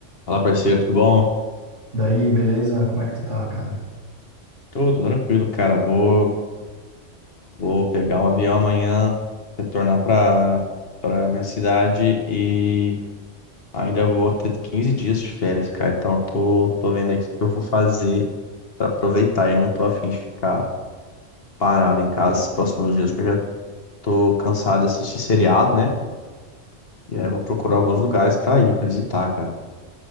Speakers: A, on the left (about 50°); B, on the right (about 70°).
A: Fala, parceiro, tudo bom?
B: Daí, beleza? Como é que tu tá, cara?
A: Tudo tranquilo, cara. Vou, vou pegar um avião amanhã, retornar para para minha cidade e ainda vou ter 15 dias de férias, cara. Então, eu tô, tô vendo aqui o que eu vou fazer para aproveitar. Eu não tô afim de ficar parado em casa esses próximos dias, porque eu já tô cansado de assistir seriado, né? E aí eu vou procurar alguns lugares para ir, para visitar, cara.